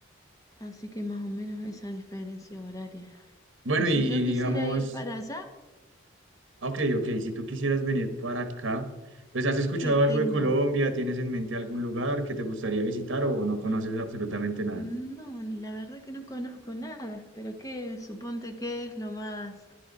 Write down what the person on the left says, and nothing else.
Así que más o menos esa diferencia horaria.
Y
si
yo
quisiera ir para allá,
¿qué tengo?
Mm,
No, la verdad que no conozco nada, pero qué, suponte qué es lo más,